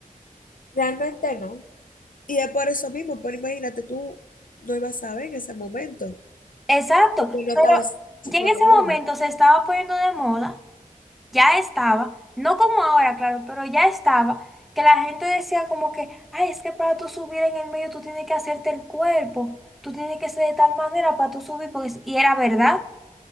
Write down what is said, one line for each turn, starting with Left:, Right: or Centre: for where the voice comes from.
Left: Realmente no. Y es por eso mismo, pero imagínate, tú no ibas a ver en ese momento,
Centre: Exacto,
Left: porque no
Centre: pero
Left: estabas así
Centre: ya
Left: todavía.
Centre: en ese momento se estaba poniendo de moda, ya estaba, no como ahora, claro, pero ya estaba, que la gente decía como que, ay, es que para tú subir en el medio tú tienes que hacerte el cuerpo, tú tienes que ser de tal manera para tú subir, porque... es-". y era verdad.